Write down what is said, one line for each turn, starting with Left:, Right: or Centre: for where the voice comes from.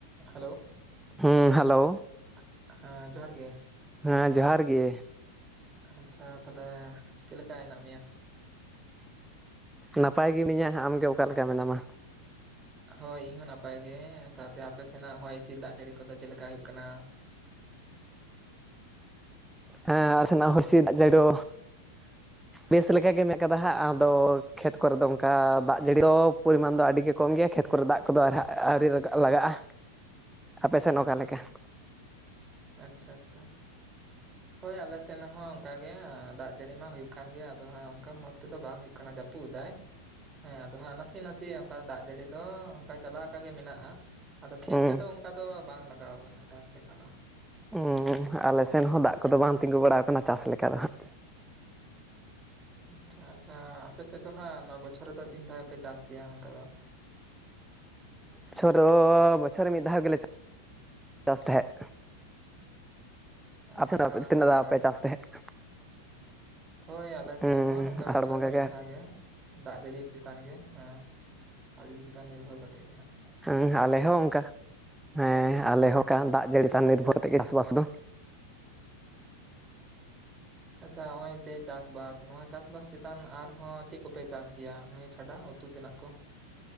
Right: ᱦᱮᱞᱳ
Centre: ᱦᱩᱸ ᱦᱮᱞᱳ
Right: ᱦᱮᱞᱳ, ᱦᱮᱸ ᱡᱚᱦᱟᱨ ᱜᱮ
Centre: ᱦᱮᱸ ᱡᱚᱦᱟᱨ ᱜᱮ
Right: ᱟᱪᱪᱷᱟᱻ ᱛᱟᱞᱦᱮ ᱪᱮᱫᱞᱮᱠᱟ ᱢᱮᱱᱟᱜ ᱢᱮᱭᱟ
Centre: ᱱᱟᱯᱟᱭ ᱜᱮ ᱢᱤᱹᱱᱧᱟᱹ ᱟᱢᱜᱮ ᱚᱠᱟ ᱞᱮᱠᱟ ᱢᱮᱱᱟᱢᱟ
Right: ᱦᱳᱭ ᱤᱧ ᱦᱚᱸ ᱱᱟᱯᱟᱭ ᱜᱮ, ᱥᱟᱶᱛᱮ ᱟᱯᱮ ᱥᱮᱱᱟᱜ ᱦᱚᱭ ᱦᱤᱸᱥᱤᱫ ᱫᱟᱜ ᱡᱟᱹᱲᱤ ᱠᱚᱫᱚ ᱪᱮᱫ ᱞᱮᱠᱟ ᱦᱩᱭᱩᱜ ᱠᱟᱱᱟ
Centre: ᱦᱮᱸ ᱟᱞᱮ ᱥᱮᱱᱟᱜ ᱦᱚᱭ ᱦᱤᱸᱥᱫ ᱫᱟᱜ ᱡᱟᱹᱲᱤ ᱫᱚ
Right: ᱦᱮᱸ ᱟᱞᱮ ᱥᱮᱱᱟᱜ
Centre: ᱵᱮᱥ ᱞᱮᱠᱟ ᱜᱮ ᱢᱮᱱᱟᱜ ᱠᱟᱫᱟ ᱦᱟᱸᱜ ᱟᱫᱚ, ᱠᱷᱮᱛ ᱠᱚᱨᱮ ᱫᱚ ᱚᱱᱠᱟ ᱫᱟᱜ ᱡᱟᱹᱲᱤ ᱫᱚ ᱯᱚᱨᱤᱢᱟᱱ ᱫᱚ ᱟᱹᱰᱤ ᱜᱮ ᱠᱚᱢ ᱜᱮᱭᱟ ᱠᱷᱮᱛ ᱠᱚᱨᱮ ᱫᱟᱜ ᱠᱚᱫᱚ ᱟᱨ ᱦᱟᱸᱜ ᱟᱹᱣᱨᱤ ᱨᱟᱜᱟᱜ ᱞᱟᱜᱟᱜᱼᱟ ᱟᱯᱮᱥᱮᱱ ᱚᱠᱟᱞᱮᱠᱟ
Right: ᱟᱪᱪᱷᱟ ᱟᱪᱪᱷᱟ ᱦᱳᱭ ᱟᱞᱮᱥᱮᱱ ᱦᱚᱸ ᱚᱱᱠᱟ ᱜᱮ, ᱫᱟᱜ ᱡᱟᱹᱲᱤ ᱢᱟ ᱦᱩᱭᱩᱜ ᱠᱟᱱ ᱜᱮᱭᱟ ᱟᱫᱚ ᱦᱟᱸᱜ, ᱚᱱᱠᱟ ᱢᱚᱡᱽ ᱛᱮᱫᱚ ᱵᱟᱝ ᱦᱩᱭᱩᱜ ᱠᱟᱱᱟ ᱡᱟᱹᱯᱩᱫ ᱫᱟᱭ ᱦᱮᱸ, ᱟᱫᱚ ᱦᱟᱸᱜ ᱱᱟᱥᱮ ᱱᱟᱥᱮᱭᱟᱜ ᱚᱱᱠᱟ ᱫᱟᱜ ᱡᱟᱹᱲᱤ ᱫᱚ, ᱚᱝᱠᱟ ᱪᱟᱞᱟᱣ ᱟᱠᱟ ᱜᱮ ᱢᱮᱱᱟᱜᱼᱟ ᱟᱫᱚ ᱠᱷᱮᱛ
Centre: ᱦᱩᱸ
Right: ᱨᱮᱫᱚ ᱚᱝᱠᱟ ᱫᱚ ᱵᱟᱝ ᱞᱟᱜᱟᱣ ᱠᱟᱱᱟ ᱪᱟᱥ ᱞᱮᱠᱟ ᱫᱚ
Centre: ᱩᱸᱻ ᱟᱞᱮᱥᱮᱱ
Right: ᱟᱨᱠᱤ
Centre: ᱦᱚᱸ ᱫᱟᱜ ᱠᱚᱫᱚ ᱵᱟᱝ ᱛᱤᱸᱜᱩ ᱵᱟᱲᱟᱣ ᱠᱟᱱᱟ ᱪᱟᱥ ᱞᱮᱠᱟ ᱫᱚ ᱦᱟᱸᱜ
Right: ᱟᱪᱪᱷᱟ ᱟᱪᱪᱷᱟ, ᱟᱯᱮ ᱥᱮᱫ ᱫᱚ ᱦᱟᱸᱜ ᱚᱱᱚ ᱵᱚᱪᱷᱚᱨ ᱨᱮᱫᱚ ᱛᱤᱱ ᱫᱷᱟᱣ ᱯᱮ ᱪᱟᱥ ᱜᱮᱭᱟ ᱚᱱᱠᱟ ᱫᱚ
Centre: ᱵᱚᱪᱷᱚᱨ ᱫᱚ ᱵᱚᱪᱷᱚᱨ ᱨᱮ ᱢᱤᱫ ᱫᱷᱟᱣ ᱜᱮᱞᱮ ᱪᱟᱥ ᱛᱟᱦᱮᱸᱫ ᱟᱪᱪᱷᱟ
Right: ᱱᱚᱝᱠᱟ ᱟᱥᱟᱲ
Centre: ᱛᱤᱱᱟᱹᱜ
Right: ᱵᱚᱸᱜᱟ
Centre: ᱫᱷᱟᱣ ᱯᱮ
Right: ᱜᱮ
Centre: ᱪᱟᱥ ᱛᱟᱦᱮᱸᱫ
Right: ᱦᱳᱭ ᱟᱞᱮ
Centre: ᱦᱩᱸ
Right: ᱥᱮᱫ ᱦᱚᱸ ᱱᱚᱝᱠᱟ
Centre: ᱟᱥᱟᱲ
Right: ᱵᱚᱪᱷᱚᱨ
Centre: ᱵᱚᱸᱜᱟ
Right: ᱨᱮ ᱫᱚ ᱢᱤᱫ ᱫᱷᱟᱣ ᱜᱮ ᱫᱟᱜ ᱡᱟᱹᱲᱤ ᱪᱮᱛᱟᱱ ᱜᱮ ᱦᱮᱸ ᱟᱨ ᱡᱩᱫᱤ ᱪᱮᱛᱟᱱ ᱱᱤᱨᱵᱷᱚᱨ ᱠᱟᱛᱮᱫ ᱜᱮ ᱦᱟᱸᱜ
Centre: ᱦᱮᱸ ᱟᱞᱮ ᱦᱚᱸ ᱚᱝᱠᱟ ᱦᱮᱸ ᱟᱞᱮ ᱦᱚᱸ ᱚᱝᱠᱟ ᱫᱟᱜ ᱡᱟᱹᱲᱤ ᱪᱮᱛᱟᱱ
Right: ᱦᱩᱸ
Centre: ᱱᱤᱨᱵᱷᱚᱨ
Right: ᱟᱨ
Centre: ᱛᱮᱜᱮ ᱪᱟᱥᱵᱟᱥ ᱫᱚ
Right: ᱟᱪᱪᱷᱟ ᱱᱚᱜ ᱚᱭ ᱡᱮ ᱪᱟᱥᱵᱥ ᱱᱚᱣᱟ ᱪᱟᱥ ᱵᱟᱥ ᱪᱮᱛᱟᱱ ᱟᱨᱦᱚᱸ ᱪᱮᱫ ᱠᱚᱯᱮ ᱪᱟᱥ ᱜᱮᱭᱟ ᱚᱱᱟ ᱪᱷᱟᱰᱟ ᱩᱛᱩ ᱛᱮᱱᱟᱜ ᱠᱚ